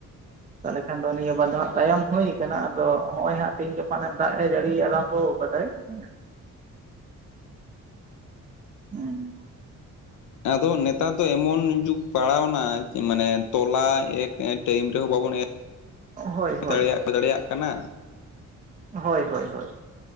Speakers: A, on the right; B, on the left.
A: ᱛᱟᱦᱚᱞᱮ ᱠᱷᱟᱱ ᱫᱚ ᱱᱤᱭᱟᱹ ᱵᱟᱨ ᱫᱚ ᱦᱟᱸᱜ ᱛᱟᱭᱚᱢ ᱦᱩᱭᱩ ᱟᱠᱟᱱᱟ ᱟᱫᱚ ᱱᱚᱜ ᱚᱚᱭ ᱦᱟᱸᱜ ᱛᱮᱦᱤᱧ ᱜᱟᱯᱟᱮᱢ ᱫᱟᱜ ᱮ ᱡᱟᱹᱲᱤ ᱟᱨᱚᱢ ᱦᱚ ᱵᱟᱰᱟᱭ ᱠᱟᱱᱟ ᱦᱩᱸ
B: ᱟᱫᱚ ᱱᱮᱛᱟᱨ ᱫᱚ ᱮᱢᱚᱱ ᱡᱩᱜᱽ ᱯᱟᱲᱟᱣᱱᱟ ᱢᱟᱱᱮ ᱛᱚᱞᱟ ᱮᱠ ᱴᱟᱭᱤᱢ ᱨᱮᱦᱚᱸ ᱵᱟᱵᱚᱱ ᱮᱨ
A: ᱦᱳᱭ ᱦᱳᱭ
B: ᱫᱟᱲᱮᱭᱟᱜ ᱫᱟᱲᱮᱭᱟᱜ ᱠᱟᱱᱟ
A: ᱦᱳᱭ ᱦᱳᱭ ᱦᱳᱭ